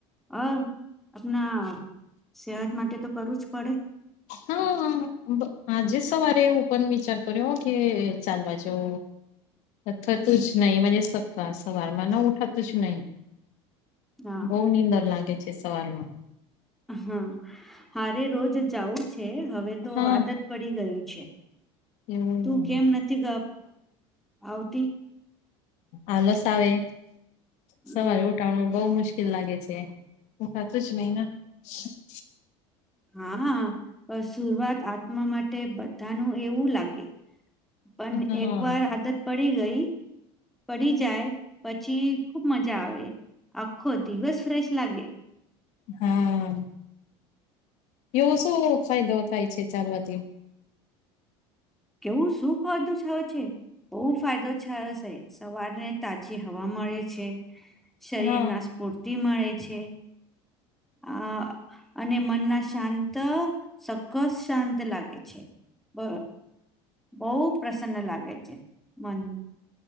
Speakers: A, in the centre; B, on the left.
A: અ આપણા સેહત માટે તો કરવુંજ પડે
B: હા હ આજે સવારે એવું પણ વિચાર કર્યો કે ચાલવા જવ
A: હ.
B: અથવા તું જ નહી સત્વા સવારમાંન ઉઠત. તો શું નહી
A: હા
B: ભોહ નિનીંદ લાગે છે સવારમાં.
A: હા હારે રોજ જવું છે હવે તો
B: હા
A: આદત પડી ગયુ છે.
B: એવું
A: તું કેમ નથી આવતી.
B: આલસ આવે
A: હમ
B: સવારે ઉઠાવણ બઉવ મુશ્કેલ લાગે છે. <unintelligible>
A: હા બસ સુર્વઆત આત્મા માટે બધાનું એવું લાગે પણ
B: હા
A: એક વાર આદત પડી ગઈ પડી જાય પછી ખુબ મજા આવે આખો દિવસ ફ્રેશ લાગે.
B: હા. એવો શું ફાયદો થાય છે ચાલવાથી.
A: કેવું શું ફાયદો થાય છે બહુ ફાયદો થાય છે. સવારે ને તાજી હવા મળે છે શરીર
B: હા
A: ના સ્ફૂર્તિ મળે છે. અ અને મનના શાંત સકસ શાંત લાગે. બ બહુ પ્રસન્ન લાગે છે મનમાં.